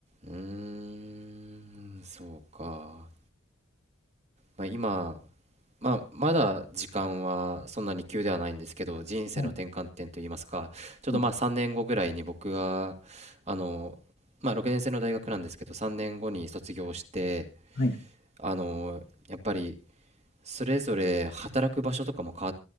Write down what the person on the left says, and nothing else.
はい。
うん
はい。